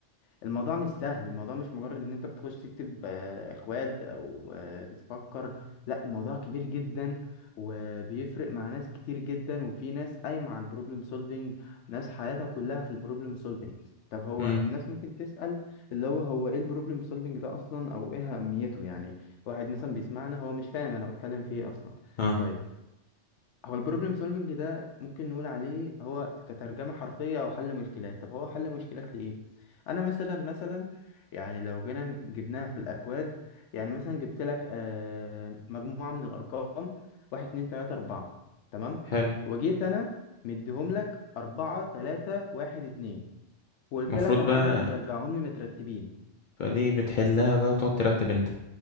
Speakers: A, on the left (about 85°); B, on the left (about 60°).
A: والموضوع مش سهل الموضوع مش مجرد ان انت بتخش تكتب آه، اكواد او آه، بتفكر لا الموضوع كبير جدا وبيفرق مع ناس كتير جدا وفي ناس قايمة على البروبلم سولفينج ناس حياتها كلها في البروبلم سولفينج طب هو
B: امم
A: الناس ممكن تسأل اللي هو هو ايه البروبلم سولفينج ده اصلا او ايه اهميته يعني واحد مثلا بيسمعنا هو مش فاهم انا بتكلم في ايه اصلا
B: اه
A: طيب هو البروبلم سولفنج ده ممكن نقول عليه هو كترجمة حرفية أو حل مشكلات طب هو حل مشكلات لإيه؟ أنا مثلا مثلا يعني لو جينا جبناها في الأكواد يعني مثلا جبت لك آه، مجموعة من الأرقام واحد اتنين تلاتة أربعة تمام؟
B: حلو
A: وجيت أنا مديهم لك أربعة تلاتة واحد اتنين وقلت
B: المفروض
A: لك أنا
B: بقى
A: عايزك ترجعهم لي مترتبين
B: فدي بتحلها بقى وتقعد ترتب انت